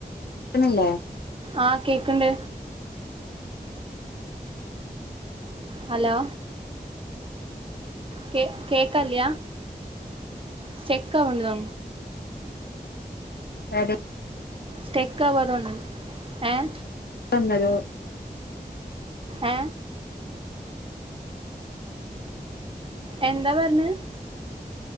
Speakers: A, on the left; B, on the right.
A: കേൾക്കുന്നില്ലേ
B: ആഹ് കേക്കണ്ട് ഹലോ കേ കേക്കാല്ല്യ സ്റ്റെക് അവ്ണലോ
A: അത
B: സ്റ്റെക്ക് അവത്ോണ്ടണ്ട് ഏഹ
A: ഒന്നരോ
B: ഏ എന്താ പറഞ്ഞെ